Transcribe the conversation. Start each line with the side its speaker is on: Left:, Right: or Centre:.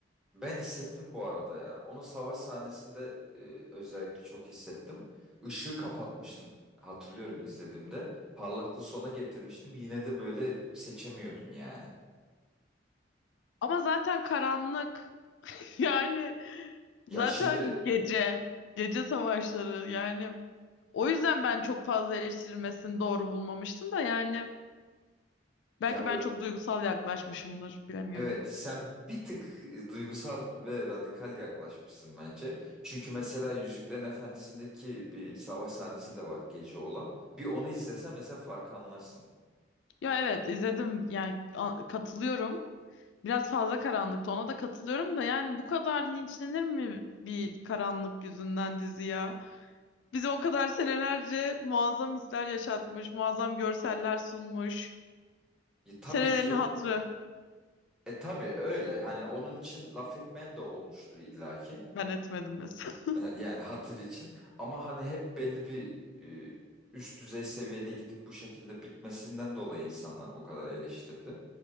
Centre: ben hissettim bu arada ya. Onu savaş sahnesinde e, özellikle çok hissettim. Işığı kapatmıştım. Hatırlıyorum izlediğimde. Parlaklığı sona getirmiştim. Yine de böyle seçemiyordun yani.
Left: Ama zaten karanlık. <laughs> Yani zaten
Centre: Ya şimdi
Left: gece. Gece savaşları yani. O yüzden ben çok fazla eleştirilmesini doğru bulmamıştım da yani. Belki
Centre: ya
Left: ben çok duygusal yaklaşmışımdır. Bilemiyorum.
Centre: Evet, sen bir tık e, duygusal ve radikal yaklaşmışsın bence. Çünkü mesela Yüzüklerin Efendisi'ndeki bir savaş sahnesi de var gece olan. Bir onu izlese mesela farkı anlarsın.
Left: Ya evet izledim yani a- katılıyorum. Biraz fazla karanlıktı ona da katılıyorum da yani bu kadar linçlenir mi bir karanlık yüzünden dizi ya? Bize o kadar senelerce muazzam hisler yaşatmış, muazzam görseller sunmuş.
Centre: E, tabii
Left: Senelerin
Centre: ki.
Left: hatırı
Centre: E tabii öyle. Hani onun için laf etmeyen de olmuştur illaki.
Left: ben etmedim mesela.
Centre: <laughs>
Left: <laughs>
Centre: E, Yani hatır için ama hani hep belli bir e, üst düzey seviyede gidip bu şekilde bitmesinden dolayı insanlar bu kadar eleştirdi.